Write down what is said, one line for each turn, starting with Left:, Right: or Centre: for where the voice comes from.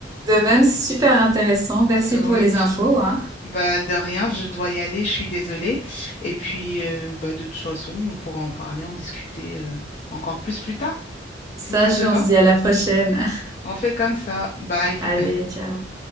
Right: de même super intéressant. Merci
Left: Oui,
Right: pour les infos,
Left: je-
Right: hein.
Left: bah de rien, je dois y aller, je suis désolée. Et puis euh, bah de toute façon, on pourra en parler, en discuter euh, encore plus plus tard,
Right: Ça,
Left: si ça
Right: je-
Left: te va.
Right: on se dit à la prochaine.
Left: On fait comme ça. Bye.
Right: Allez, ciao.